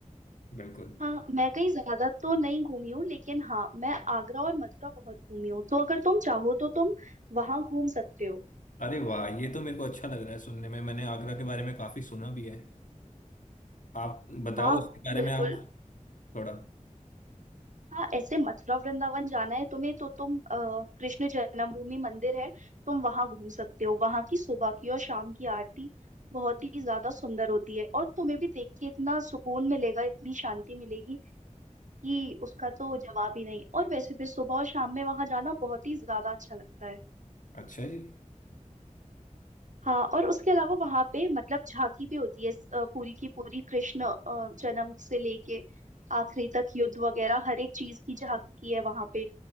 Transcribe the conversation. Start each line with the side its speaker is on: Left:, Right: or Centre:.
Left: बिल्कुल
Right: हाँ मैं कहीं ज्यादा तो नहीं घूमी हूँ लेकिन हाँ मैं आगरा और मथुरा बहुत घूमी हूँ तो अगर तुम चाहो तो तुम वहां घूम सकते हो
Left: अरे वाह ये तो मेरे को अच्छा लग रहा है सुनने में मैंने आगरा के बारे में काफी सुना भी है आप बताओ
Right: हाँ
Left: उसके बारे
Right: बिल्कुल
Left: में आप थोड़ा
Right: हाँ ऐसे मथुरा वृंदावन जाना है तुम्हें तो तुम अ, कृष्ण जन्मभूमि मंदिर है तुम वहां घूम सकते हो वहां की सुबह की और शाम की आरती बहुत ही ज्यादा सुंदर होती है और तुम्हें भी देख के इतना सुकून मिलेगा इतनी शांति मिलेगी कि उसका तो जवाब ही नहीं और वैसे भी सुबह और शाम में वहां जाना बहुत ही ज्यादा अच्छा लगता है
Left: अच्छा जी
Right: हाँ और उसके अलावा वहां पे मतलब झांकी भी होती है अ, पूरी की पूरी कृष्ण अ, जन्म से लेके आखिरी तक युद्ध वगैरह हर एक चीज की झांकी है वहां पे